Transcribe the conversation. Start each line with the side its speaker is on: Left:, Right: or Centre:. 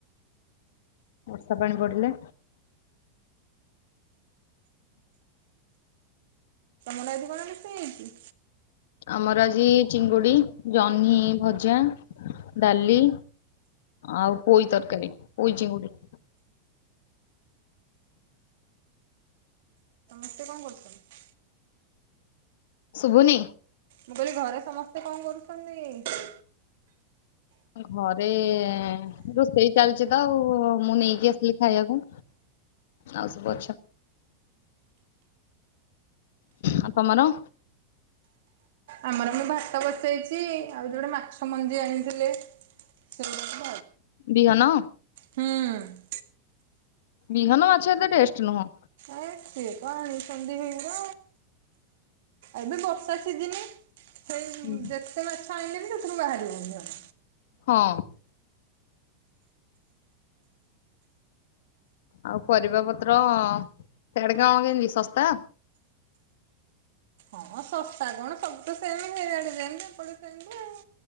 Left: ବର୍ଷା ପାଣି ପଡିଲେ।
Right: ତମର ଆଜି କଣ ରୋଷେଇ ହେଇଛି।
Left: ଆମର ଆଜି ଚିଙ୍ଗୁଡି ଜହ୍ନି ଭଜା ଡାଲି। ଆଉ ପୋଇ ତରକାରୀ ପୋଇ ଚିଙ୍ଗୁଡି।
Right: ଏତେ କଣ କରିଛ।
Left: ଶୁଭୁନି।
Right: ମୁଁ କହିଲି ଘରେ ସମସ୍ତେ କଣ କରୁଛନ୍ତି?
Left: ଘରେ ରୋଷେଇ ଚାଲିଛି ତ ଆଉ ମୁଁ ନେଇକି ଆସିଲି ଖାଇବାକୁ। ଆଉ ସବୁ ଆଉ ତମର।
Right: ଆମର ମୁଁ ଭାତ ବସେଇଛି ଆଉ ଯୋଉଟେ ମାଛ ମଞ୍ଜି ଆଣିଥିଲେ ସେଗୁଡା କୁ।
Left: ବିହନ।
Right: ହଁ।
Left: ବିହନ ମାଛ ଏତେ ଟେଷ୍ଟ ନୁହଁ।
Right: ଏ ସିଏ ତ ଆଣିଛନ୍ତି ହେଇରା ଏବେ ବର୍ଷା ସିଜିନି। ସେଇ
Left: ହୁଁ।
Right: ଯେତେ ମାଛ ଆଣିଲେନି ସେଥିରୁ ବାହାରିବନି।
Left: ହଁ ଆଉ ପରିବା ପତ୍ର ସେଆଡ କ କଣ କେମତି ଶସ୍ତା।
Right: ହଁ ଶସ୍ତା କଣ ସବୁ ତ ସେମ ହେଇଆଡେ ଯେମତି ଏପେ କେମତି ଆଉ।